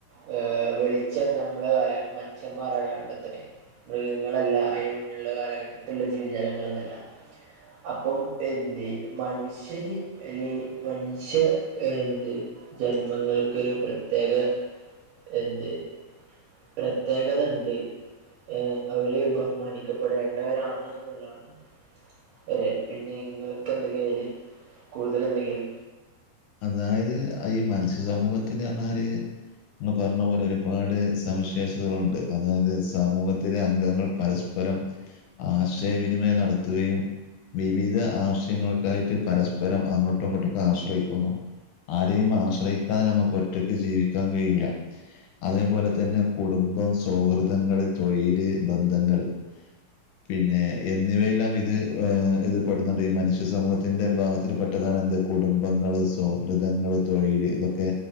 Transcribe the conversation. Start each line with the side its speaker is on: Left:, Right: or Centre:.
Right: ഹ് വെളിച്ച നമ്മളെ കാല പുരുച്ഛന്മാരാണ് കണ്ടെത്തെ മൃഗങ്ങളല്ല അതിനന് മുന്നുള്ള കാലഘട്ടത്തിലുള്ള ജീവിജാലങ്ങളന്നല്ല അപ്പം എന്ത് മനുഷ്യര് അല്ലെ മനുഷ്യ എന്ത് ജന്മങ്ങൾക്കൊരു പ്രത്യേക എന്ത് പ്രത് പ്രത്യേകത ഉണ്ട് ഏ അവര് ബഹുമാനിക്കപ്പെടേണ്ടവരാണ് എന്നുള്ളതാണ് അതെ പിന്നെ നിങ്ങക്ക് എന്തൊക്കെയ കൂടുതൽ എന്തെങ്കിലും
Left: അതായത് ഈ മനസ്സ്യ സമൂഹത്തിനു പറഞ്ഞാല് ങ്ങൾ പറഞ്ഞ പോലെ ഒരുപാട് സവിശേഷതകളുണ്ട് അതായത് സമൂഹത്തിലെ അംഗങ്ങൾ പര പരം ആശയവിനിമയം നടത്തുകയും വിവിധ ആവശ്യങ്ങൾക്കായിട്ട് പരസ്പരം അങ്ങോട്ടും ഇങ്ങോട്ടൊക്കെ ആശ്രയിക്കും ക്കുന്നു ആരെയും ആശ്രയിക്കാതെ നമുക്ക് ഒറ്റക്ക് ജീവിക്കാൻ കഴിയൂല്ല അതേപോലെ തന്നെ കുടുംബം, സൗഹൃദങ്ങൾ, തൊഴില്, ബന്ധങ്ങൾ. <inaudible> പിന്നെ എന്നിവയെല്ലാം ഇത് ഏ ഇത് പെടുന്നുണ്ട് ഈ മനുഷ്യ സമൂഹത്തിൻ്റെ ഭാഗത്തിന് പെട്ടതാണ് എന്ത്. കുടുംബങ്ങള്. സൗഹൃദങ്ങള്, തൊഴില്, ഇതൊക്കെ